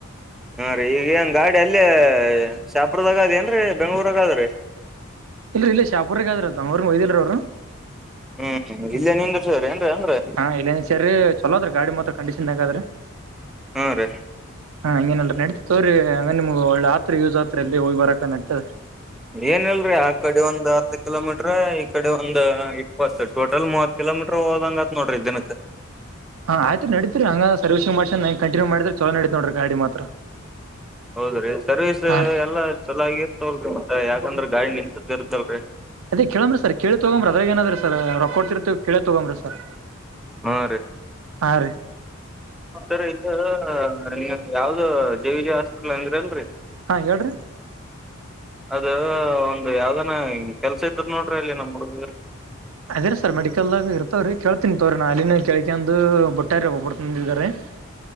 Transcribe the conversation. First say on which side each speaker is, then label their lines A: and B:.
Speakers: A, in the centre; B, on the right (about 75°).
A: ಹಾ ರೀ ಈಗ ಏನ್ ಗಾಡಿ ಅಲ್ಲೇ ಶಾಪುರದಾಗ ಅದ ಏನ್ ರಿ ಬೆಂಗ್ಳೂರಾಗ ಆದ್ರೀ.
B: ಇಲ್ರಿ ಇಲ್ಲಿ ಶಾಪುರ್ಗ ಅದಂತ ಅವ್ರು ಕೊಯ್ದಿಲ್ರಿ ಅವ್ರು.
A: ಹ್ಮ್ ಇಲ್ಲೇ ನಿಂದ್ರಸ ಎನ್ರಿ ಅಂದ್ರೆ.
B: ಹಾ ಇಲ್ಲ ಸರಿ ಚಲೋದ ರೀ ಗಾಡಿ ಮಾತ್ರ ಕಂಡೀಷನ್ ಹದ್ರೀ.
A: ಹಾ ರೀ.
B: ಹಾ ಹಂಗೇನ್ ಇಲ್ರಿ ತೋಗರಿ ಹಂಗ ನಿಮ್ಗ್ ಒಳ್ಳ ಆತ್ರ ಯೂಸ್ ಆತ್ರ ಎಲ್ಲಿ ಹೋಗಿ ಬರಕ ನಡತದರಿ.
A: ಏನ್ ಇಲ್ರಿ ಆ ಕಡೆ ಒಂದ್ ಹತ್ತು ಕಿಲೋಮೀಟ್ರ ಈ ಕಡೆ ಒಂದ್ ಇಪ್ಪತ್ತು ಟೋಟಲ್ ಮೂವತ್. ಕಿಲೋಮೀಟ್ರು ಓದಂಗತ್ ನೋಡ್ರಿ ದಿನಕ.
B: ಹಾ ಆಯ್ತ್ರಿ ನಡತ್ರಿ ಹಂಗ ಸರ್ವಿಸಿಂಗ್ ಮಾಡ್ಸ್ ನೆ ಕಂಟಿನ್ಯೂ ಮಾಡುದ್ರೆ ಚಲೋ ನಡಿತ್ ನೋಡ್ರಿ ಗಾಡಿ ಮಾತ್ರ.
A: ಹೌದ್ರಿ ಸರ್ವಿಸ್
B: ಹಾ ರೀ
A: ಎಲ್ಲಾ ಚೆನ್ನಾಗಿ ಇರ್ತವಲ್ರಿ ಮತ್ತೆ ಯಾಕಂದ್ರ ಗಾಡಿ ನಿಂತದ ಇರ್ತಲ್ರರಿ.
B: ಅದೇೇ ಕೇಳನ ಸರ್ ಕೇಳಿ ತಗೊ ಬರದ ಏನಾದ್ರ ಸರ್ ಕೊಡ್ತಿರ್ತಿವಿ ಕೇಳಿ ತಗೊಂಬ್ರಿ ಸರ್.
A: ಹಾ
B: ಆ ರಿ
A: ಸರಿ ಇದು ನಿ ಯಾವ್ದ ಜೆ ವಿಜಿ ಹಾಸ್ಪಿಟಲ್ ಅಂದ್ರ ಅಲ್ರಿ.
B: ಹಾ ಹೇಳ್ರಿ.
A: ಅದ ಒಂದ್ ಯಾವ್ದಾನ ಕೆಲ್ಸ ಇದ್ರ ನೋಡ್ರಿ ಅಲ್ಲಿ ನಮ್ಮ್ ಹುಡುಗ -
B: ಅದೇರ ಸರ್ ಮೆಡಿಕಲ್ ಆಗ ಇರ್ತವ್ರೀ ಕೇಳ್ತಿನಿ ತಗೊವ್ರೀ ನಾ ಅನ ಕೇಳ್ಕಂಡು <unintelligible>